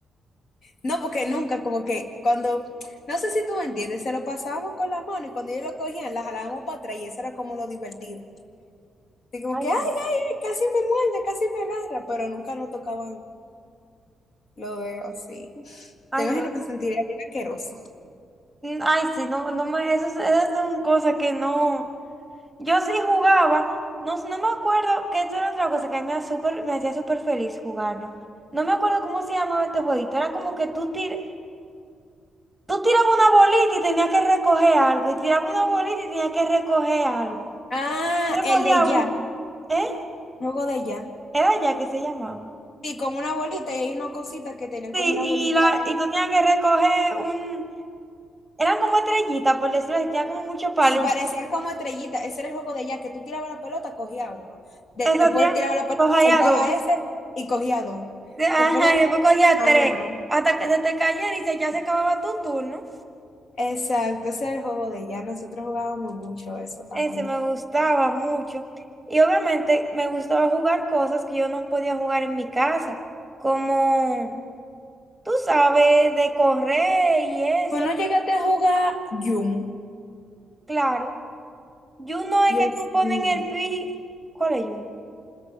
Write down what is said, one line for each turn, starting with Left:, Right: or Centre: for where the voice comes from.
Left: No, porque nunca, como que cuando, no sé si tú me entiendes, se lo pasábamos con la mano y cuando ellos lo cogían, la jalábamos para atrás y eso era como lo divertido. Y como
Centre: ay,
Left: que, ay, ay,
Centre: no,
Left: casi me muerde, casi me agarra, pero nunca nos tocaban lo veo así.
Centre: ay,
Left: Te imagino
Centre: no,
Left: que sentiría bien asqueroso.
Centre: que- ay, sí, no, no me, esas, esas son cosas que no. Yo sí jugaba, no, no me acuerdo, que esto era otra cosa que a mí me, hacía súper- me hacía súper feliz jugarlo. No me acuerdo cómo se llamaba este jueguito. Era como que tú tir, tú tirabas una bolita y tenías que recoger algo, y tirabas una bolita y tenías que recoger algo.
Left: Ah,
Centre: Recogía
Left: el de ya,
Centre: uno. ¿Eh?
Left: juego de ya.
Centre: Era ya que se llamaba.
Left: Sí, como una bolita y hay una cosita que tenían
Centre: Sí,
Left: como una
Centre: y,
Left: bolita.
Centre: la, y tú tenías que recoger un... Eran como estrellitas, por decirlo así, tenía como muchos palitos.
Left: Sí, parecían como estrellitas. Ese era el juego de ella, que tú tirabas la pelota, cogía uno. De-
Centre: Eso
Left: Después
Centre: tía,
Left: tiraba la pelota,
Centre: cogía
Left: soltaba
Centre: dos.
Left: ese y cogía dos.
Centre: Ajá,
Left: Después la...
Centre: y después cogía
Left: Ajá.
Centre: tres. Hasta que se te cayera y se, ya se acababa tu turno.
Left: Exacto, ese era el juego de ella. Nosotros jugábamos mucho eso también.
Centre: Ese me gustaba mucho. Y obviamente me gustaba jugar cosas que yo no podía jugar en mi casa. Como, tú sabes, de correr y eso.
Left: Pues no llegaste a jugar Yum.
Centre: Claro. Yun no es
Left: Dios
Centre: que tú pones
Left: mío.
Centre: en el piso. ¿Cuál es Yun?